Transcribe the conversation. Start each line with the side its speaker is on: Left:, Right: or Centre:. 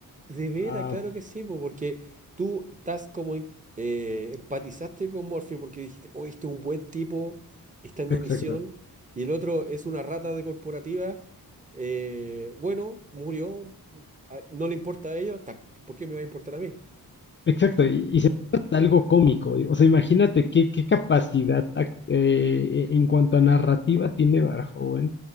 Right: De veras,
Left: Ah,
Right: claro que sí, po, porque tú estás como en- eh, empatizaste con Morphy porque dijiste, oh, este es un buen tipo, está en
Left: exacto.
Right: una misión, y el otro es una rata de corporativa, eh, bueno, murió, ah, no le importa a ellos, ta- ¿por qué me va a importar a mí?
Left: Exacto, y, y se vuelve hasta algo cómico. O sea, imagínate qué, qué capacidad ac- eh, en cuanto a narrativa tiene Verhoeven